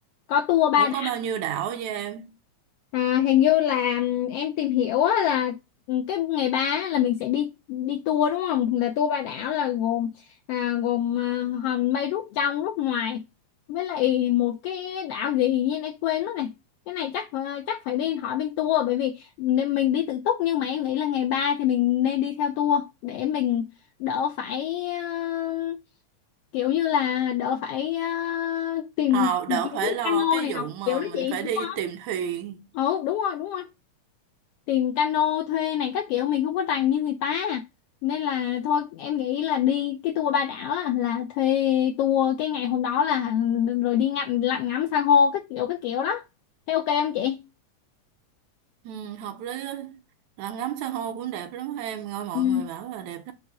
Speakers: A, on the left (about 80°); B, on the right (about 75°).
A: có tour ba
B: Ủa có bao nhiêu đảo vậy em?
A: À, hình như là em tìm hiểu á, là cái ngày ba á, là mình sẽ đi đi tour đúng không? Là tour ba đảo là gồm à, gồm à, hòn mây rút trong rút ngoài với lại một cái đảo gì như em quên mất này. Cái này chắc phải- chắc phải đi hỏi bên tour bởi vì nên mình đi tự túc nhưng mà em nghĩ là ngày ba thì mình nên đi theo tour để mình đỡ phải ờ, kiểu như là đỡ phải ờ, tìm
B: Ờ, đỡ
A: kiếm
B: phải lo
A: cano
B: cái
A: này
B: vụ
A: nọ
B: mà
A: kiểu đó
B: mình
A: chị
B: phải
A: đúng
B: đi
A: không?
B: tìm thuyền.
A: Ừ đúng rồi đúng rồi tìm cano thuê này các kiểu mình không có rành như người ta nên là thôi em nghĩ là đi cái tour ba đảo á, là thuê tour cái ngày hôm đó là rồi đi ngắm lặn ngắm san hô các kiểu các kiểu đó thế ok không chị
B: Ừ, hợp lý á. Là ngắm san hô cũng đẹp lắm em. Nghe mọi
A: ừ
B: người bảo là đẹp lắm.